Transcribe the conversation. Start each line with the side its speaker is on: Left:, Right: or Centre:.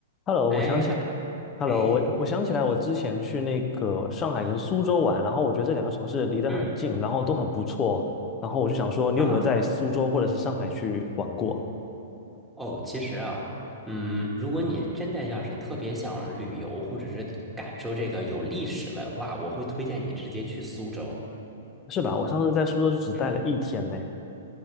Left: Hello，
Centre: 哎嗨，
Left: 我想起，Hello，
Centre: 哎，
Left: 我我想起来，我之前去那个上海跟苏州玩，然后我觉得这两个城市离得很近，
Centre: 嗯，
Left: 然后都很不错，然后我就想说，你有没有在苏州或者是上海去玩过？
Centre: 啊，哦，其实啊，嗯，如果你真的要是特别想旅游，或者是感受这个有历史文化，我会推荐你直接去苏州。
Left: 是吧？我上次在苏州就只待了一天呢。
Centre: 嗯